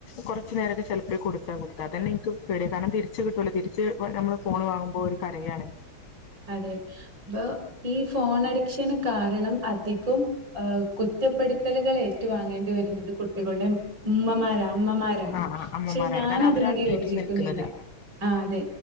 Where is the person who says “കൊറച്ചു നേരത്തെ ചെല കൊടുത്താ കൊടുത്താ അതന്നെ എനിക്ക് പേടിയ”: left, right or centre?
Left